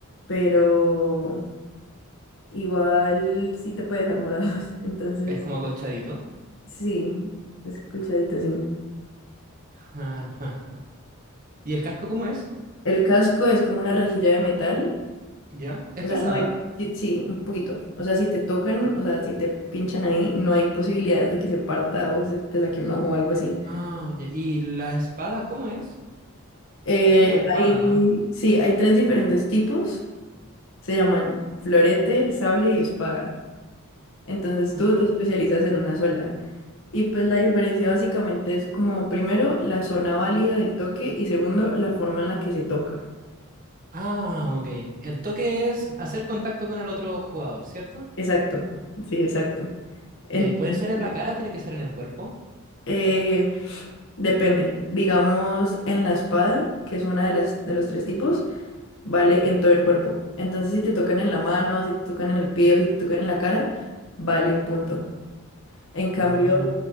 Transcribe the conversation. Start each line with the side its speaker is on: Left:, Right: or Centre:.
Left: pero igual sí te puede dejar morados. <laughs> Entonces,
Right: Es como acolchadito.
Left: sí, es colchadito, sí.
Right: <laughs> Ajá. ¿Y el casco cómo es?
Left: El casco es como una rejilla de metal.
Right: ¿Ya? ¿Es
Left: O sea,
Right: pesada?
Left: no hay. Sí, sí, un poquito. O sea, si te tocan, o sea, si te pinchan ahí, no hay posibilidades de que se parta o se te saque un ojo o algo así.
Right: Ah, ya. ¿Y la espada cómo es?
Left: Eh,
Right: Es como una espada,
Left: hay,
Right: ¿no?
Left: sí, hay tres diferentes tipos. Se llaman florete, sable y espada. Entonces
Right: Ah.
Left: tú Ah, te especializas en una sola. Y pues la diferencia básicamente es como primero la zona válida del toque y segundo la forma en la que se toca.
Right: Ah, ok. El toque es hacer contacto con el otro jugador, ¿cierto?
Left: Exacto, sí, exacto. Entonces,
Right: De ahí puede ser en la cara o tiene que ser en el cuerpo.
Left: eh, depende. Digamos, en la espada, que es una de las de los tres tipos, vale en todo el cuerpo. Entonces, si te tocan en la mano, si te tocan en el pie o si te tocan en la cara, vale un punto. En cambio,
Right: Ah,